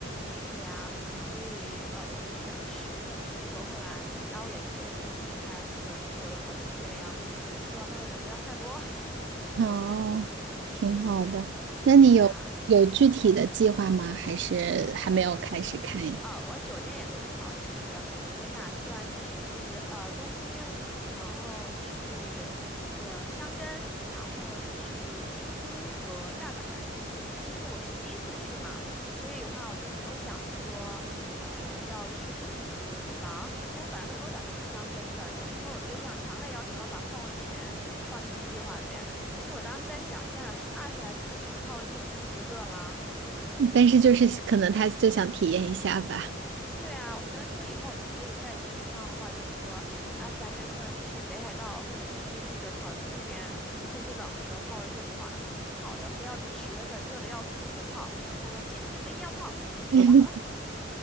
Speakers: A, in the centre; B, on the right (about 65°).
A: 是的呀，所以呃，我就选了十月份去，结果后来，然后我也特地避开了那个中国的国庆这个样子，所以希望到时候人不要太多。<laughs>
B: 哦，挺好的。那你有有具体的计划吗？
A: 对啊，
B: 还是还没有开始看呀？
A: 呃，我酒店也都订好。其实我打算去呃东京，然后去那个箱根，然后去京都和大阪。因为其实我是第一次去嘛，所以的话我就没有想着说，呃，要去特别特别多的地方。其实我本来都没有打算去箱根的，但是因为我对象强烈要求要把泡温泉放进计划里面，其实我当时在想，天呐，是二十来度的天气泡温泉真的不热吗？
B: <laughs> 但是就是可能他就想体验一下吧。
A: 对啊，我都跟他说，以后我们可以再去一趟的话，就比如说二三月份去北海道或者去那个草津那边，天气冷的时候泡温泉不嘛挺好的，非要等十月份热的要死的时候泡。他说不行不行，我一定要泡。我说好吧好吧，
B: <laughs>